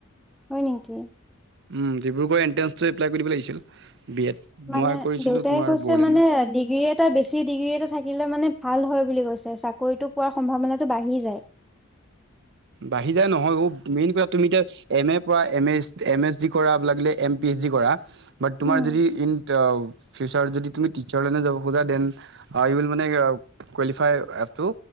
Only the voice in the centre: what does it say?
হয় নেকি?
মানে,
দেউতাই
কৈছে
মানে আ', ডিগ্ৰী এটা বেছি ডিগ্ৰী এটা থাকিলে মানে ভাল হয় বুলি কৈছে। চাকৰিটো পোৱাৰ সম্ভাৱনাটো বাঢ়ি যায়।
উম।